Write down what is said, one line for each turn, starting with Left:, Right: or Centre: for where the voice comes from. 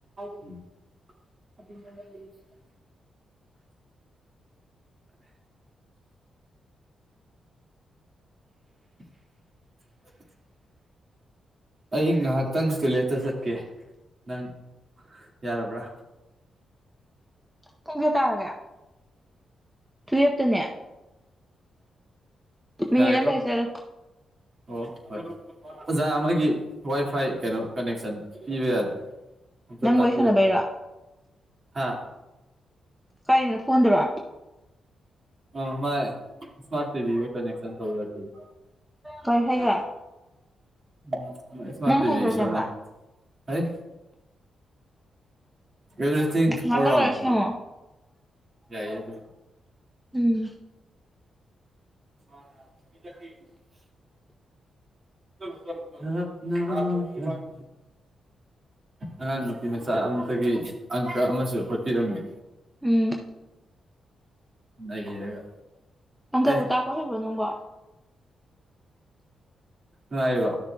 Right: <unintelligible> <unintelligible> ꯑꯩ ꯉꯍꯥꯛꯇꯪ ꯇꯣꯏꯂꯦꯠꯇ ꯆꯠꯀꯦ ꯅꯪ ꯌꯥꯔꯕ꯭ꯔ
Centre: ꯄꯨꯡ ꯀꯌꯥ ꯇꯥꯔꯒꯦ ꯇꯨꯋꯦꯞꯇꯅꯦ ꯃꯤꯅꯤꯠ
Right: ꯌꯥꯔꯦꯀꯣ
Centre: ꯑꯃ ꯂꯩꯔ ꯆꯠꯂꯣ
Right: ꯑꯣ ꯍꯣꯏ ꯑꯣꯖꯥ ꯑꯃꯒꯤ ꯋꯥꯏ ꯐꯥꯏ ꯀꯩꯅꯣ ꯀꯅꯦꯛꯁꯟ ꯄꯤꯕ ꯌꯥꯗ꯭ꯔꯦ ꯑꯝꯇ
Centre: ꯅꯪ
Right: ꯇꯥꯛꯄꯔꯝꯒꯦ
Centre: ꯋꯥꯔꯤ ꯁꯥꯟꯅꯕꯩꯔꯣ
Right: ꯍꯥ
Centre: ꯀꯩꯅꯣ ꯐꯣꯟꯗꯔꯣ
Right: ꯑꯣ ꯃꯥꯏ ꯁꯃꯥꯔꯠ ꯇꯤꯕꯤꯒ ꯀꯅꯦꯛꯁꯟ ꯇꯧ ꯌꯥꯗꯦꯌꯦ
Centre: ꯀꯩ ꯍꯥꯏꯒꯦ
Right: ꯎꯝ ꯏꯁꯃꯥꯔꯠ
Centre: ꯅꯪ
Right: ꯇꯤꯕꯤ
Centre: ꯍꯩꯕ꯭ꯔꯥ
Right: ꯁꯣꯟꯗꯅꯦ
Centre: ꯁꯦꯝꯕ
Right: ꯀꯔꯤ ꯑꯦꯕ꯭ꯔꯤꯊꯤꯡ
Centre: ꯉꯥꯛꯇꯪ
Right: ꯑꯣꯜ ꯔꯥꯎꯟ
Centre: ꯂꯩꯔ ꯁꯦꯝꯃꯣ
Right: ꯌꯥꯏꯌꯦ ꯑꯗꯨ
Centre: ꯎꯝ
Right: <unintelligible> ꯆꯠꯂꯣ ꯆꯠꯂꯣ ꯇꯞꯅ ꯇꯞꯅ ꯑꯉꯥꯡ ꯅꯨꯄꯤ ꯃꯆꯥ ꯑꯝꯇꯒꯤ ꯑꯪꯀ ꯑꯃꯁꯨ ꯍꯣꯠꯄꯤꯔꯝꯃꯤ
Centre: ꯎꯝ
Right: ꯅꯩꯔꯒ
Centre: ꯑꯪꯀ
Right: ꯑꯦ
Centre: ꯇꯥꯛꯄ ꯍꯩꯕ꯭ꯔꯣ ꯅꯪꯕꯣ
Right: ꯅꯨꯉꯥꯏꯔꯤꯕꯣ